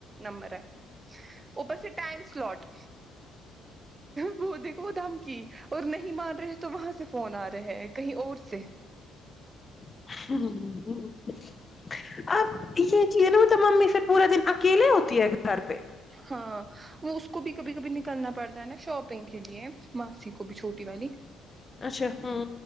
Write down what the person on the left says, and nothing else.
ہ ہ ہ اب یہ ٹی نہیں ہوتا ممی پھر پورا دن اکیلے ہوتی ہے گھر پہ
اچھا ہوں